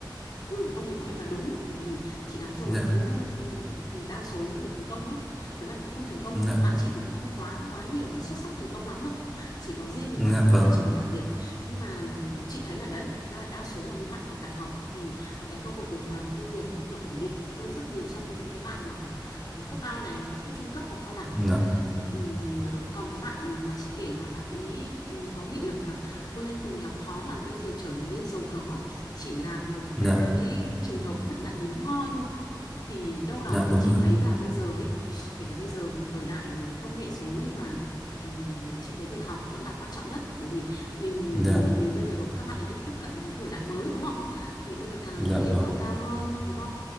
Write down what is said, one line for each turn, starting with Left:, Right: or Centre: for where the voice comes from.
Left: Ừ, quan điểm của em là đúng đấy, bởi vì chị nói rồi
Centre: dạ
Left: những thì đa số những người thành công ấy thật ra cũng không thành công
Centre: dạ
Left: bạn chị thì cũng không quá quá nhiều mà xuất sắc thành công lắm đâu chỉ có riêng cái
Centre: dạ
Left: bạn đó
Centre: vâng
Left: là trường hợp đặc biệt nhưng mà ừm, chị thấy là đấy đa, đa số là những bạn học đại học thì cái cơ hội việc làm công việc cũng như là ổn định hơn rất nhiều so với những cái bạn mà học chỉ học cấp 3 này học hết trung cấp học cao đẳng
Centre: dạ
Left: Ừm, ờ, còn cái bạn mà chị kể là bạn ý ừm, có nghị lực mà vươn lên từ nghèo khó mà bây giờ trở nên giàu có chỉ là một
Centre: dạ
Left: cái trường hợp rất là hiếm hoi thôi thì đâu đó
Centre: dạ đúng
Left: thì chị
Centre: rồi
Left: thấy là bây giờ ấy kể cả bây giờ thì thời đại công nghệ số nhưng mà ừm, chị thấy việc học vẫn là quan trọng nhất bởi vì mình
Centre: dạ
Left: mình mình bây giờ các bạn ấy được tiếp cận với thời đại mới đúng không thì bây giờ càng
Centre: dạ
Left: ngày càng yêu
Centre: vâng
Left: cầu cao hơn đúng không